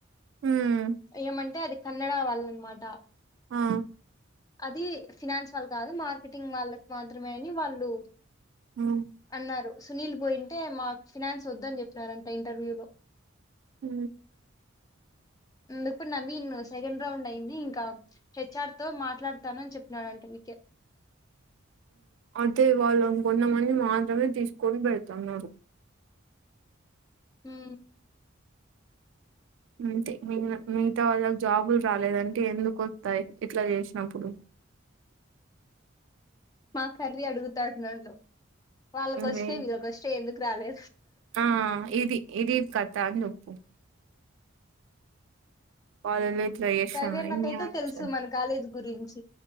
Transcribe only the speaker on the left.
ఏమంటే అది కన్నడ వాళ్ళ అనమాట
అది ఫినాన్స్ వాళ్ళు కాదు మార్కెటింగ్ వాళ్ళకి మాత్రమే అని వాళ్ళు
అన్నారు సునీల్ బోయింటే మా ఫినాన్స్ వద్దని చెప్పినారంట ఇంటర్వ్యూ లో
ఇందుకు నవీ సెకండ్ రౌండ్ అయింది హెచ్ఆర్ తో మాట్లాడుతాను చెప్పినడంట మీకే
హ
మా కర్రి అడుగుతాడు నన్ను వాళ్ళకు వచ్చిపోయిందిలే
ఫస్ట్ ఎందుకు వాలే
ప్రైవేట్ నాకైతే
తెలుసు మన కాలేజ్ కొరియన్స్